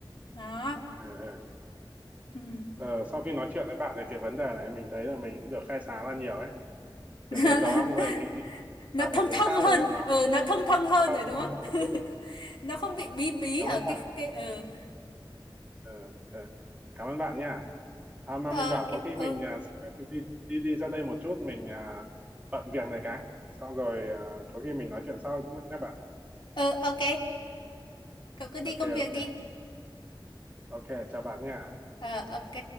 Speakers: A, on the left; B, on the right.
A: đó
B: Ừ, ừ.
A: ừ.
B: Ờ, sau khi nói chuyện với bạn về cái vấn đề này mình thấy là mình cũng được khai sáng ra nhiều ấy tự
A: <laughs>
B: nhiên đầu óc lại nghĩ
A: nó
B: sang
A: thông
B: một hướng
A: thông
B: khác rồi
A: hơn
B: đấy nó
A: ừ nó
B: kiểu
A: thông thông hơn
B: thông
A: rồi đúng không
B: hơn một chút
A: <laughs>
B: rồi đấy
A: nó không
B: Ừ,
A: bị bí bí
B: cảm
A: ở
B: ơn bạn
A: cái cái ừ
B: Ờ, ờ, cảm ơn bạn nha à, mà
A: Ờ,
B: mình bảo
A: ok
B: có khi
A: ừ
B: mình à, xin phép mình đi đi đi ra đây một chút mình à, bận việc này cái xong rồi à, có khi mình nói chuyện sau nhé nhé bạn
A: ừ ok cậu cứ đi
B: ok
A: công việc
B: ok
A: đi
B: ok chào bạn nha
A: ờ ok